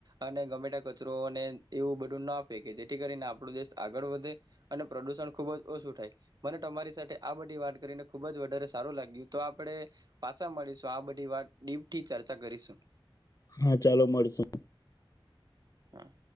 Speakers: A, on the right (about 45°); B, on the left (about 40°).
A: અને ગમે ત્યાં કચરોને એવું બધું ના ફેકે કે જેથી કરીને આપણો દેશ આગળ વધે. અને પ્રદુષણ ખુબ જ ઓછું થાય. મને તમારી સાથે આ બધી વાત કરીને ખુબ જ વધારે સારું લાગ્યું. તો આપણે પાછા મળીશું આ બધી વાત ડીપથી ચર્ચા કરીશું.
B: હા ચાલો મળશું.
A: હા.